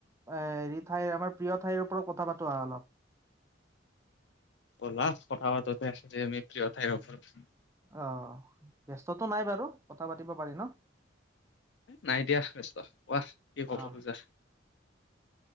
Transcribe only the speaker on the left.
ব'লা কথা পাতো‌ দে আমি প্ৰিয় ঠাইৰ ওপৰত
নাই দিয়া ব্যস্ত কোৱা। কি কব
খোজা।